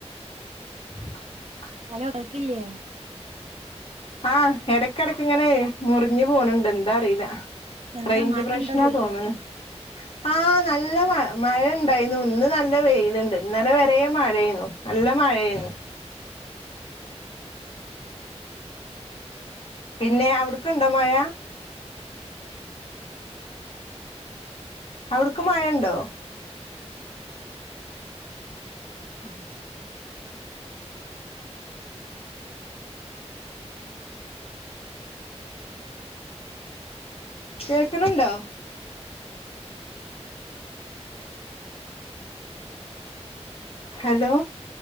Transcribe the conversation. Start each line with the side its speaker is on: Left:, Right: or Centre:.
Left: <unintelligible>
Right: ഹലോ കൽക്കില്ലേ
Left: ആഹ ഇടക്കടക്ക ഇങ്ങനെ മുറിഞ്ഞു പോണണ്ട് എന്താ അറീല
Right: എന്താ
Left: റേഞ്ച്
Right: മഴ
Left: പ്രശ്നാ
Right: ഉണ്ടോ ചോദിക്കാ
Left: തോന്നണ് ആ നല്ല മ മഴ ഉണ്ടായിരുന്നു ഇന്ന് നല്ല വെയിലുണ്ട് ഇന്നലെ വെരേയും മഴയെന്നു നല്ല മഴയാ <unintelligible> പിന്നെ അവിടക്കുണ്ടോ മഴ അവിടക്ക് മഴയുണ്ടോ <inaudible> കേക്കണുണ്ടോ ഹലോ